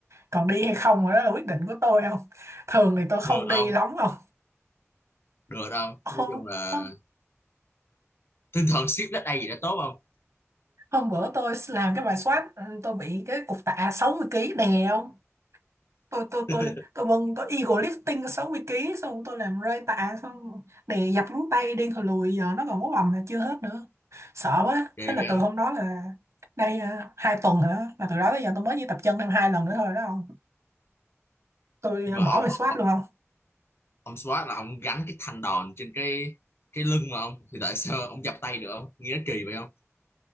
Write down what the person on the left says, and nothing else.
Được
không?
Được không?
Nói chung là
tinh thần ship leg day gì đã tốt không?
<laughs>
Kỳ
ghê
không?
Nhưng
mà
ông
ông, ông,
ông squat là ông gánh cái thanh đòn trên cái cái lưng mà ông thì tại sao ông dập tay được không? Nghe nó kỳ vậy không?